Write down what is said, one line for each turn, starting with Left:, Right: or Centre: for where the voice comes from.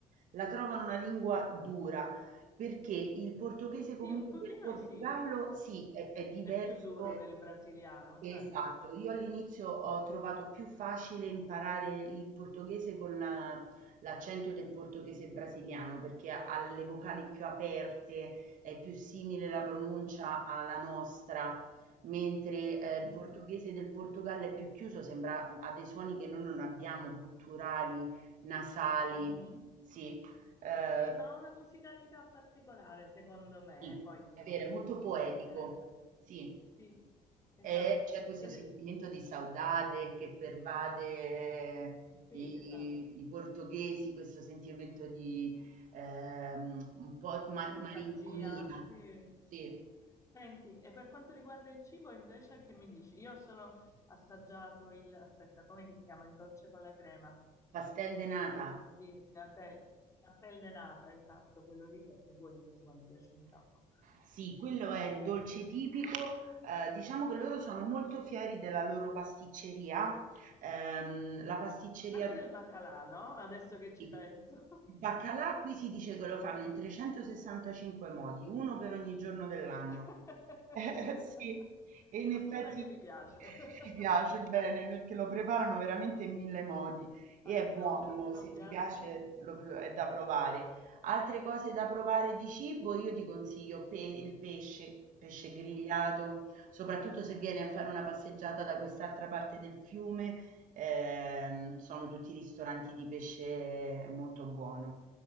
Right: la trovano una lingua dura, perché il portoghese comunque
Left: Sì, un pochino
Right: del Portogallo
Left: sì,
Right: sì, è, è diverso
Left: è più duro del brasiliano,
Right: Esatto,
Left: certo.
Right: io all'inizio ho trovato più facile imparare il portoghese con la l'accento del portoghese brasiliano, perché ha ha le vocali più aperte, è più simile la pronuncia
Left: Mm.
Right: alla nostra, mentre eh,
Left: Mhm.
Right: il portoghese del Portogallo è più chiuso, sembra, ha dei suoni che noi non abbiamo, gutturali, nasali.
Left: Mhm.
Right: Sì, eh,
Left: Sì, ma ha una musicalità particolare, secondo me,
Right: sì,
Left: poi sono
Right: è vero,
Left: gusti,
Right: è molto poetico,
Left: ci mancherebbe.
Right: sì.
Left: Sì, esatto.
Right: E c'è questo
Left: Ed
Right: sentimento
Left: è-
Right: di saudade che pervade eh,
Left: Sì,
Right: i,
Left: esatto.
Right: i portoghesi, questo sentimento di ehm, un po' ma-
Left: Nostalgia,
Right: malinconia.
Left: sì.
Right: Sì,
Left: Senti, e per quanto riguarda il cibo, invece, che mi dici? Io sono assaggiato il, aspetta, com'è che si chiama? Il dolce con la crema.
Right: pastel de nata.
Left: di Natelle, pastel de nata, esatto, quello lì che è buonissimo, mi piace un sacco.
Right: Sì, quello è il dolce tipico. eh, diciamo che loro sono molto fieri della loro pasticceria. Ehm, la pasticceria
Left: Anche del baccalà, no? Adesso che ci
Right: Sì.
Left: penso.
Right: Il baccalà qui si dice che lo fanno in trecentosessantacinque modi, uno per ogni giorno dell'anno.
Left: <laughs>
Right: Eh, <laughs> sì, e in
Left: Fortuna
Right: effetti
Left: che mi piace. <laughs>
Right: mi piace bene perché lo preparano veramente in mille modi e
Left: A
Right: è
Left: te
Right: buono,
Left: no? A te
Right: se
Left: non
Right: ti
Left: piace?
Right: piace lo- è da provare. Altre cose da provare di cibo, io ti consiglio pe- il pesce, pesce grigliato,
Left: Sì.
Right: soprattutto se vieni a fare una passeggiata da quest'altra parte del fiume, ehm, sono tutti ristoranti di pesce molto buono.